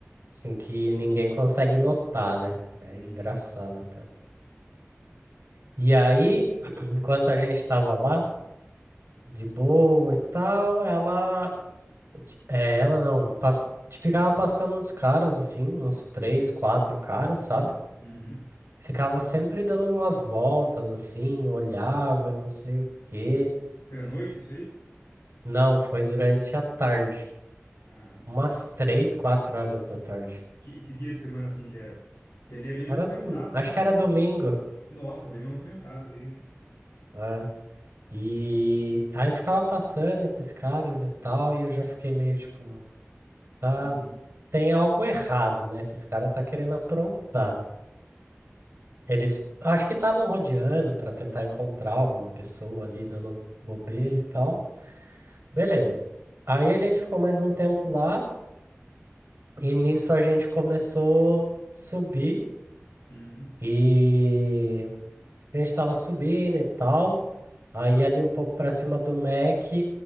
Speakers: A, on the right; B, on the left.
A: assim que ninguém consegue notar, né? É
B: Sim,
A: engraçado
B: sim.
A: até. E aí, <clears throat> enquanto a gente tava lá, de boa e tal, ela. É, ela não, pas- ficava passando uns caras, assim, uns três, quatro caras, sabe?
B: Uhum.
A: Ficava sempre dando umas voltas, assim, olhava, e não sei o quê.
B: Foi à noite isso aí?
A: Não, foi durante a tarde.
B: Caramba.
A: Umas três, quatro horas da tarde.
B: Que, que dia de semana assim que era? Que ali é bem movimentado,
A: Era dom... Acho
B: né?
A: que era domingo.
B: Nossa, bem movimentado ali, né?
A: né? E aí ficava passando esses caras e tal, e eu já fiquei meio tipo, tá,
B: Uhum.
A: tem algo errado, né? Esses caras tá querendo aprontar. Eles acho que estavam rodeando para tentar encontrar alguma pessoa ali dando bobeira
B: Sim,
A: e tal.
B: sim.
A: Beleza. Aí a gente ficou mais um tempo lá, e nisso a gente começou a subir,
B: Uhum.
A: e a gente tava subindo e tal. Aí ali um pouco para cima do Mac,